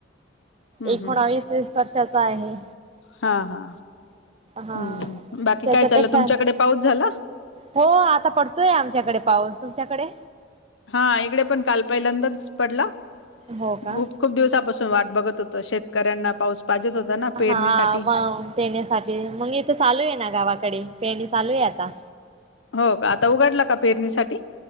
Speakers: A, on the left; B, on the right.
A: हम्म
B: एकोणावीस
A: हम्म
B: वीस वर्षाचा आहे.
A: हा हा.
B: हा
A: हम्म बाकी
B: त्याच्यापेक्षा
A: काय चाललं तुमच्याकडे
B: आणि
A: पाऊस झाला
B: हो आता पडतोय आमच्याकडे पाऊस. तुमच्याकडे?
A: हा इकडे पण काल पहिल्यांदाच पडला
B: हो का
A: खूप खूप दिवसापासून वाट बघत होतो शेतकऱ्यांना पाऊस पाहिजेच होता ना
B: हा
A: पेरणीसाठी
B: म देण्यासाठी मग इथ चालू आहे ना गावाकडे. पेरणी चालू आहे आता.
A: हो का. आता उघडला का पेरणीसाठी.